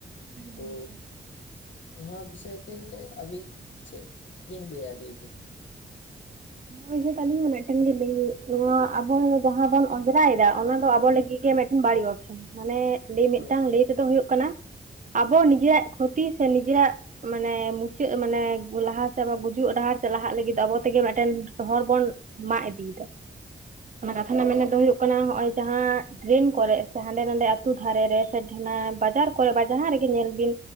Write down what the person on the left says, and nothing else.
ᱛᱚ
ᱱᱚᱣᱟ ᱵᱤᱥᱚᱭ ᱛᱮ ᱟᱹᱵᱤᱱ ᱪᱮᱫ ᱵᱤᱱ ᱞᱟᱹᱭᱟ ᱞᱟᱹᱭ ᱵᱤᱱ᱾
ᱦᱳᱭ
ᱦᱳᱭ
ᱦᱳᱭ